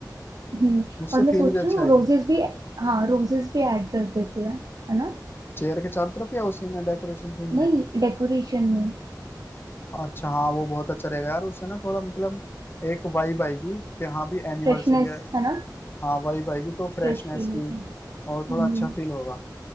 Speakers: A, on the right; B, on the left.
A: हम्म
B: मुझसे
A: और मैं
B: फील
A: सोच
B: भी अच्छी
A: रही हूँ
B: आएगी
A: रोजेस भी हाँ रोजेस भी ऐड कर देते हैं है ना
B: चेयर के चारों तरफ या उसी में डेकोरेशन थीम में
A: नहीं डेकोरेशन में
B: अच्छा हाँ वो बहुत अच्छा रहेगा यार उससे ना थोड़ा मतलब एक वाइब आएगी कि हाँ भी एनिवर्सरी
A: फ्रेशनेस
B: है
A: है ना
B: हाँ वाइब आएगी तो फ्रेशनेस
A: फ्रेश फील
B: की
A: होगा हम्म,
B: और थोड़ा अच्छा फील होगा